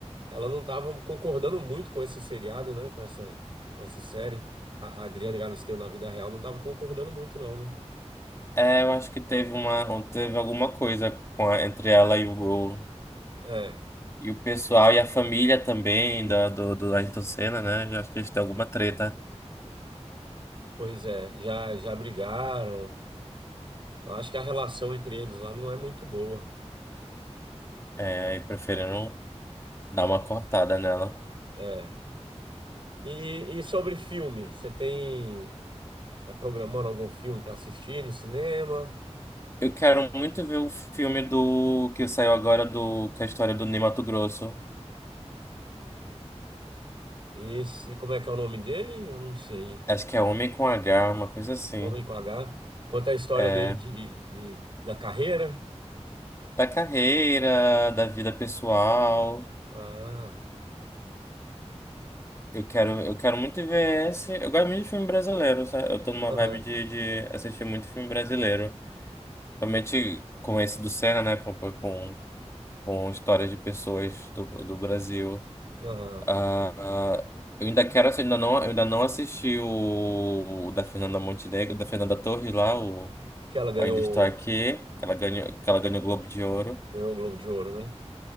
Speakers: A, on the right (about 45°); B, on the left (about 25°).
A: ela não estava concordando muito com esse seriado, né? Com essa, com essa série. A, a Adriane Galisteu na vida real não estava concordando muito, não, né?
B: É, eu acho que teve uma, teve alguma coisa com a- entre ela e o,
A: É,
B: e o pessoal e a família também da, do, do Ayrton Senna, né? Eu acho que eles têm alguma treta.
A: pois é, já, já brigaram. Eu acho que a relação entre eles lá não é muito boa.
B: É, e preferiram dar uma cortada nela.
A: É. E, e sobre filme, você tem, tá programando algum filme para assistir no cinema?
B: Eu quero muito ver o filme do que saiu agora do que é a história do Ney Matogrosso.
A: Esse, como é que é o nome dele? Eu não sei.
B: Acho que é Homem com H, uma coisa assim.
A: Homem com H. Conta a história
B: É,
A: dele de, de- da carreira.
B: da carreira, da vida pessoal.
A: Ah,
B: Eu quero, eu quero muito ver esse. Eu gosto muito de filme brasileiro, sabe? Eu tô numa
A: aham,
B: vibe de, de assistir muito filme brasileiro. Principalmente com esse do Senna, né? Com, com, com histórias de pessoas do, do Brasil.
A: aham.
B: Ah, ah, eu ainda quero assistir, ainda não, eu ainda não assisti o, o da Fernanda Montenegro, da Fernanda Torres lá, o,
A: Que ela ganhou,
B: o Ainda Estou Aqui, que ela ganhou, que ela ganhou o Globo de Ouro.
A: ganhou o Globo de Ouro, né?